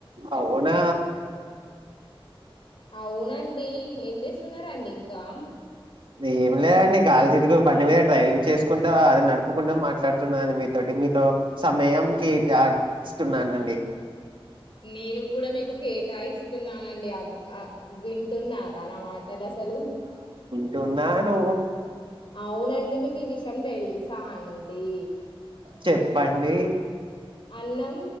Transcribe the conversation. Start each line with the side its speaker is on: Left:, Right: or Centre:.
Right: అవునా
Left: అవునం డి ఏం చేస్సున్నారండి ఇం కా
Right: ఏమి లేదండి. గాలి తిరుగు బండి మీద డ్రైవింగ్ చేసుకుంటా, అది నడుపుకుంటా మాట్లాడుతున్నాని మీతోటి మీతో సమయం కేటాయి స్తున్నానండి.
Left: నేను కూడా మీకు కేటాయిస్తున్నానండి అబ్ ఆ విం టున్నారా నా మాటలు అసలు
Right: ఉన్నాను
Left: అవునండి మీకు ఈ విషయం తెలుసా అండి
Right: చెప్పండి
Left: అన్నం